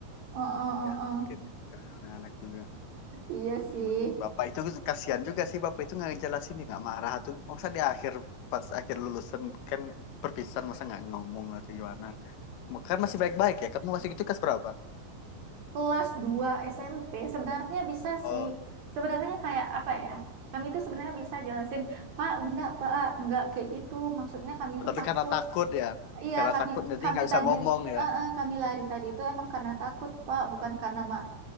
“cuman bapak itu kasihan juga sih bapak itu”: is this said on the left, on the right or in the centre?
Left